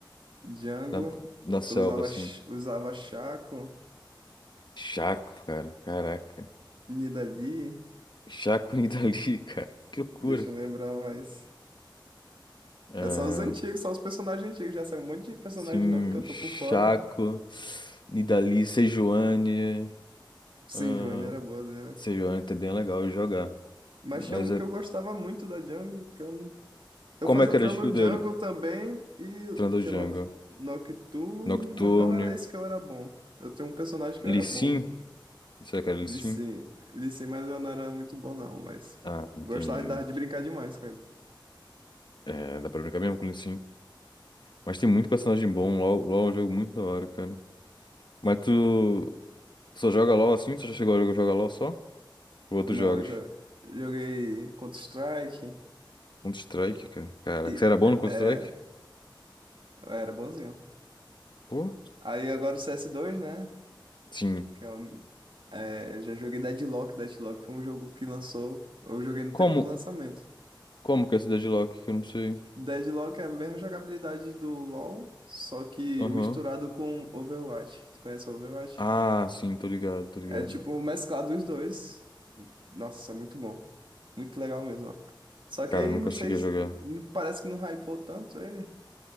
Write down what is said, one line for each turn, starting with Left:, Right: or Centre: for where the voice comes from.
Right: Django.
Left: Na, na selva,
Right: eu Usava,
Left: assim.
Right: ch- usava Chaco.
Left: Chaco, cara. Caraca.
Right: Nidalee.
Left: Chaco e Nidalee, <laughs> cara. Que loucura.
Right: Deixa eu lembrar mais.
Left: Ah,
Right: É só os antigos, só os personagens antigos. Já saiu um monte de personagem
Left: sim,
Right: novo que eu
Left: Chaco,
Right: tô por fora.
Left: Nidalee, Sejuani.
Right: Sim,
Left: Ah,
Right: Joane, era boazinha, né?
Left: Sejuani também é legal de jogar.
Right: Mas
Left: Mas
Right: tinha um
Left: é...
Right: que eu gostava muito da Jungle, que eu, não- eu
Left: como
Right: fazia
Left: é que era
Right: Trundle
Left: a skill dele?
Right: Jungle também e
Left: Trundle
Right: tinha
Left: Jungle.
Right: Noc- Nocturne,
Left: Nocturne.
Right: mas não era esse que eu era bom. Eu tenho um personagem que
Left: Lissin?
Right: eu era bom.
Left: Será que era Lissin?
Right: Lee Sin, Lee Sin, mas eu não era muito bom não, mas
Left: Ah,
Right: eu
Left: entendi.
Right: gostava de dar- de brincar demais com ele.
Left: É, dá pra brincar mesmo com o Lissin. Mas tem muito personagem bom. LOL, LOL é um jogo muito da hora, cara. Mas tu, tu só joga LOL assim? Tu já chegou a jogar jogar LOL só? Ou outros
Right: Não,
Left: jogos?
Right: eu jo- joguei Counter-Strike
Left: Counter-Strike, cara. Caraca,
Right: e
Left: você era bom
Right: é,
Left: no Counter-Strike?
Right: é, eu era bonzinho.
Left: Pô,
Right: Aí agora o C S dois, né?
Left: sim.
Right: que é um- é, já joguei Deadlock. Deadlock foi um jogo que lançou. Eu joguei no
Left: Como?
Right: tempo do lançamento.
Left: Como que é a cidade de Loki? Que eu não sei.
Right: Deadlock é a mesma jogabilidade do LoL, só que
Left: Aham.
Right: misturado com Overwatch. Tu conhece Overwatch?
Left: Ah, sim, tô ligado, tô ligado.
Right: É tipo mesclado os dois. E, Nossa, muito bom. Muito legal mesmo. ó. Só que
Left: Cara,
Right: aí
Left: nunca
Right: não
Left: cheguei
Right: sei se.
Left: a jogar.
Right: Parece que não hypou tanto ele.